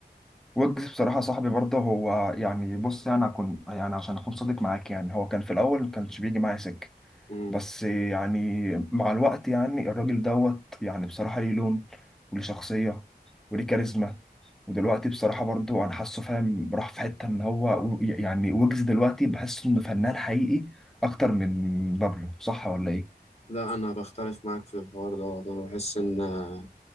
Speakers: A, in the centre; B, on the left.
A: وجز بصراحة صاحبي برضه هو يعني بص يعني أكون يعني عشان أكون صادق معاك يعني هو كان في الأول ما كانش بيجي معايا سكة
B: مم.
A: بس يعني مع الوقت يعني الراجل دوت يعني بصراحة ليه لون وليه شخصية وليه كاريزما ودلوقتي بصراحة برضه أنا حاسه فاهم راح في حتة إن هو يعني وجز دلوقتي بحس إنه فنان حقيقي أكتر من بابلو صح ولا إيه؟
B: لا انا بختلف معاك في الحوار ده انا بحس ان آه،